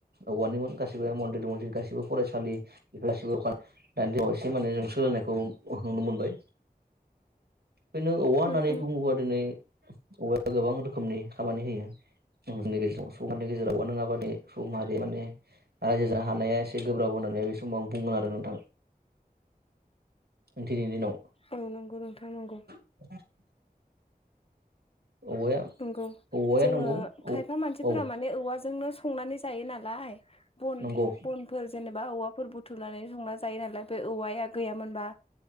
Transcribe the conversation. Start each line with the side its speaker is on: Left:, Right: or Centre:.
Right: औवानिमोन गासिबो मन्दिर मन्दिर गासिबो फरायसालि गासिबो दानि दिनाव एसे माने जों सोलायनायखौ नुनो मोनबाय बेनो औवा होननानै
Left: उम उम
Right: बुङोबा दिनै औवाया गोबां रोखोमनि खामानि होयो जोंनि गेजेर सुबुंनि गेजेराव नङाबा मानि सुबुं माहारि माने रायजो जानो हानाया एसे गोब्राब होननानै बे समाव आं बुंगोन आरो नोंथां। दिनैनि दिनाव
Left: औ नंगौ नोंथां नंगौ।
Right: <inaudible> औवाया
Left: नंगौ
Right: औवाया
Left: जोङो
Right: नंगौ औ
Left: खायफा मानसिफोरा
Right: औ
Left: मान औवाजोंनो संनानै जायो नालाय बन
Right: नंगौ
Left: बन फोर जेनेबा औवाफोर बुथुमनानै संना जायो नालाय बे औवाया गैयामोनबा